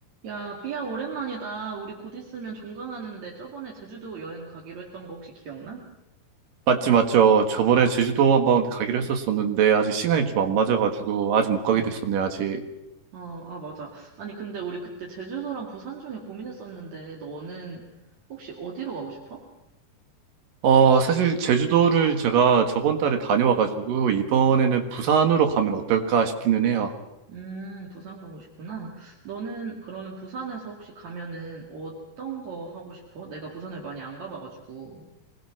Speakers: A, on the right; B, on the right.
A: 야, 삐야, 오랜만이다. 우리 곧 있으면 종강하는데 저번에 제주도 여행 가기로 했던 거 혹시 기억나?
B: 맞지, 맞죠. 저번에 제주도 한번 가기로 했었었는데, 아직 시간이 좀 안 맞아가지고, 아직 못 가게
A: 어,
B: 됐었네, 아직.
A: 어, 아, 맞아. 아니, 근데 우리 그때 제주도랑 부산 중에 고민했었는데 너는 혹시 어디로 가고 싶어?
B: 어, 사실 제주도를 제가 저번 달에 다녀와가지고, 이번에는
A: 음,
B: 부산으로 가면 어떨까 싶기는 해요.
A: 음, 부산 가고 싶구나. 너는 그러면 부산에서 혹시 가면은 어떤 거 하고 싶어? 내가 부산을 많이 안 가봐가지고.